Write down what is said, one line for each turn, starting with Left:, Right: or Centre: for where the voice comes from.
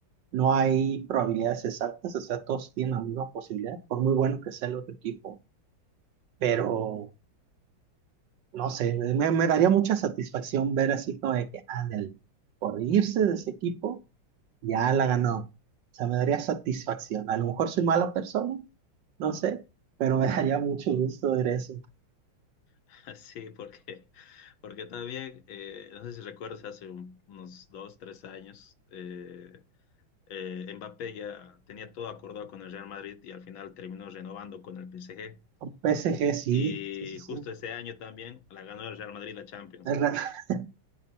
Right: no hay probabilidades exactas, o sea, todos tienen la misma posibilidad, por muy bueno que sea el otro equipo, pero no sé, me, me daría mucha satisfacción ver así como de que, ándale, por irse de ese equipo, ya la ganó. O sea, me daría satisfacción. A lo mejor soy mala persona, no sé, pero me <laughs> daría mucho gusto ver eso.
Left: <laughs> Sí, porque, porque también, eh, no sé si recuerdas, hace un- unos dos, tres años, eh, eh, Mbappé ya tenía todo acordado con el Real Madrid y al final terminó renovando con el PSG.
Right: Con PSG sí,
Left: Y
Right: sí, sí, sí.
Left: justo ese año también la ganó el Real Madrid la Champions.
Right: Es ra- <laughs>